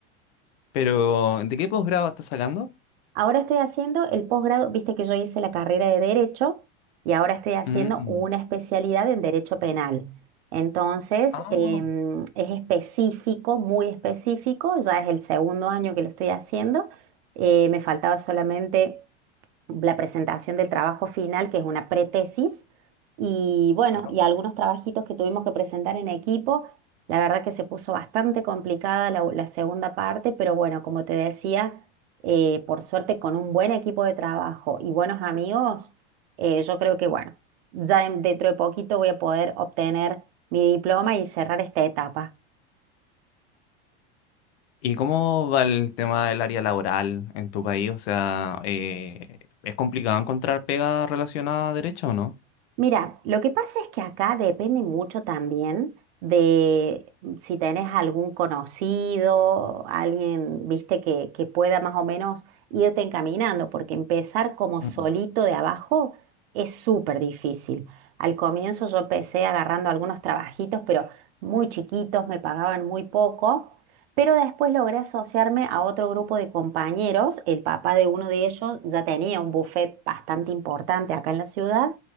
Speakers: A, on the left; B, on the right.
A: Pero, ¿de qué posgrado estás sacando?
B: Ahora estoy haciendo el posgrado, viste que yo hice la carrera de Derecho y ahora estoy haciendo
A: Mm.
B: una especialidad en Derecho Penal. Entonces,
A: Ah,
B: em, es específico, muy específico, ya es el segundo año que lo estoy haciendo. Eh, me faltaba solamente la presentación del trabajo final, que es una pretesis, y bueno,
A: claro.
B: y algunos trabajitos que tuvimos que presentar en equipo. La verdad que se puso bastante complicada la, la segunda parte, pero bueno, como te decía, eh, por suerte con un buen equipo de trabajo y buenos amigos, eh, yo creo que bueno, ya en- dentro de poquito voy a poder obtener mi diploma y cerrar esta etapa.
A: ¿Y cómo va el tema del área laboral en tu país? O sea, eh, ¿es complicado encontrar pega relacionada a derecho o no?
B: Mira, lo que pasa es que acá depende mucho también de mm, si tenés algún conocido, alguien, viste, que, que pueda más o menos irte encaminando, porque empezar como solito
A: Mm,
B: de abajo es súper difícil. Al comienzo yo empecé agarrando algunos trabajitos, pero muy chiquitos, me pagaban muy poco, pero después logré asociarme a otro grupo de compañeros. El papá de uno de ellos ya tenía un buffet bastante importante acá en la ciudad